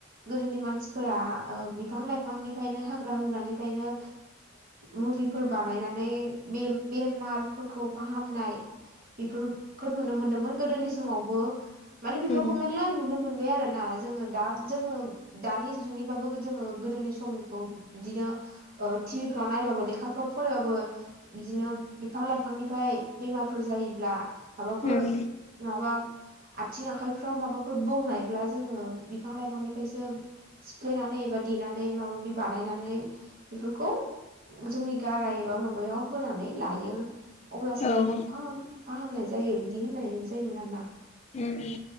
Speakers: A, on the right (about 45°); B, on the left (about 35°).
A: गोदोनि मानसिफोरा बिफां लाइफांनिफ्रायनो हाग्रा हुग्रानिफ्रायनो मुलिफोर बानायनानै बे बेमारफोरखौ फाहामनाय बेफोरखौ नुनो मोनदोंमोन गोदोनि समावबो माने बेफोरखौ
B: उम
A: मेरला नुनो मोनबाय आरो ना जोङो दा जोङो दानि जुगनिबाबो जोङो गोदोनि समनिखौ बिदिनो टिभिफ्राव नायबाबो लेखाफ्राव फरायबाबो बिदिनो बिफां लाइफांनिफ्राय बेमारफोर जायो माबाफोर
B: उम
A: माबा आथिं आखायफ्राव माबाफोर बुंनायब्ला जोङो बिफां लाइफांनिफ्रायसो सिफ्लेनानै एबा देनानै माबा माबि बानायनानै बेफोरखौ जोंनि गारा एबा माबायाव होनानै लायो। अब्लासो
B: औ उम
A: फाह फाहामनाय जायो बिदि होननाय जायोमोन आरोना
B: उम उ